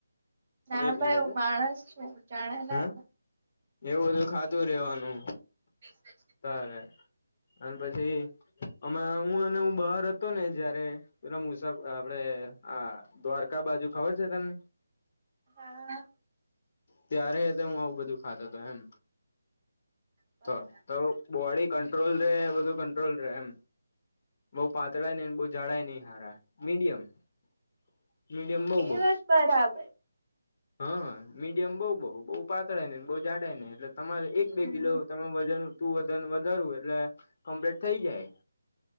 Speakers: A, on the right; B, on the left.
A: ના
B: એક
A: ભાઈ
B: મિનિટ
A: હું માણસ છું જાણે નાખ
B: હ એવું બધું ખાતું રેવાનું
A: <unintelligible>
B: તલે અને પછી અમે હું અને હું બહાર હતો ને જયારે એ મુસા આપડે આ દ્વારકા બાજુ ખબર છે તને
A: હા
B: ત્યારે હું આવું બધું ખાધ હતો એમ
A: બરાબર
B: તો તો બોડી કંટ્રોલ રે બધું કંટ્રોલ રે એમ બઉ પાતળા નહી બ જાળાય નહી હારા મીડિયમ મીડિયમ બઉ
A: એ
B: બહ
A: વાત બરાબર
B: હા મીડિયમ બઉુ બઉુ બઉુ પાતળાય નેને બહુ જાડા ને એટલે તમારે એક
A: હમ
B: બે કિલો તમે વજન તું વજન વધારવું એટલે કમ્પ્લીટ થઇ જાય